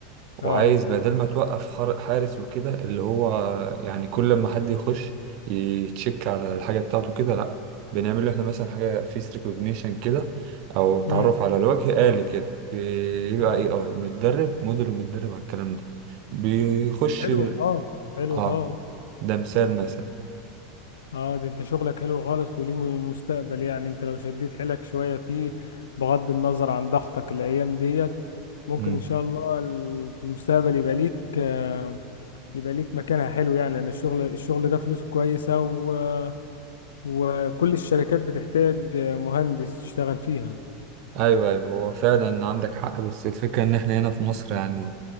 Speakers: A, on the right; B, on the left.
A: وعايز
B: اه
A: بدل ما توقف حار- حارس وكده اللي هو يعني كل ما حد يخش يتشيك على الحاجة بتاعته كده لا بنعمل له احنا مثلا حاجة فيس ريكوجنيشن كده او تعرف
B: امم
A: على الوجه آلي كده بيبقى
B: اه
A: اي اي متدرب موديل ومتدرب على الكلام ده بيخش
B: طب حلو
A: بال-
B: خالص حلو
A: اه
B: خالص
A: ده مثال مثلا
B: اه ده انت شغلك حلو خالص وليه م- مستقبل يعني انت لو شديت حيلك شوية فيه بغض النظر عن ضغطك الايام ديت ممكن
A: مم.
B: ان شاء الله ال- في المستقبل يبقى ليك آه، يبقى ليك مكانها حلو يعني لان الشغل الشغل ده فلوسه كويسة و... وكل الشركات بتحتاج مهندس يشتغل فيها
A: ايوه ايوه هو فعلا عندك حق بس الفكره ان احنا هنا في مصر يعني